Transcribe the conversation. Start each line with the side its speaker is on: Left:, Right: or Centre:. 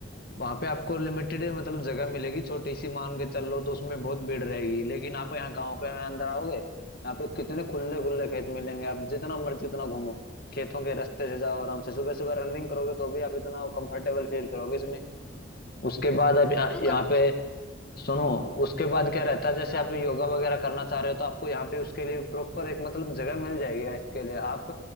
Left: वहां पे आपको लिमिटेड मतलब जगह मिलेगी छोटी सी मान के चल लो तो उसमें बहुत भीड़ रहेगी लेकिन आप यहाँ गाँव के अंदर
Centre: हाँ
Left: आओगे यहाँ पे कितने खुले खुले खेत मिलेंगे आप जितना मर्जी उतना घूमो खेतों के रास्ते से जाओ आराम से सुबह सुबह रनिंग करोगे तो भी आप इतना कंफर्टेबल फील करोगे इसमें उसके बाद आप यहाँ
Centre: तो
Left: यहाँ
Centre: कभी
Left: पे सुनो उसके बाद क्या रहता है जैसे
Centre: हाँ
Left: आप योगा वगैरह करना चाह रहे हो तो आपको यहाँ पे उसके लिए प्रॉपर एक मतलब जगह मिल जाएगी इसके लिए आप